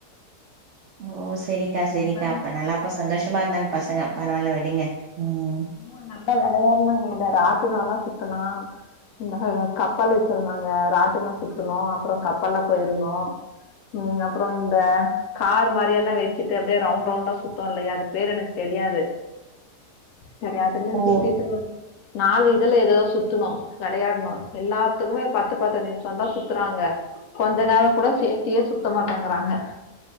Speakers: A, on the right; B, on the left.
A: ஓ செரிக்கா செரிக்கா
B: நல்லா
A: அப்ப நல்லாப்ப சந்தோஷமா இருந்தாங்க பசங்க பரவால்ல விடுங்க ம்
B: ஆமா நல்லா வெளையாடுனாங்க ராட்னாலா சுத்துனா இந்த கப்பல் வச்சிருந்தாங்க ராட்டினோ சுத்துனோ அப்றொ கப்பல்ல போயிர்ந்தோ ம் அப்பறொ இந்த கார் மாரியல்லா வச்சிட்டு அப்டியே ரவுண்ட் ரவுண்டா சுத்து இல்லயா அது பேரு எனக்கு தெரியாது சரி அதுல்யு
A: ஓ
B: சுத்திட்டு நாலு இதுல ஏதோ சுத்துனு வெளையாட்னு எல்லாத்துக்குமே பத்து பத்து நிம்ஷந்தா சுத்துறாங்க கொஞ்ச நேர கூட சேத்தியே சுத்த மாட்டேங்கறாங்க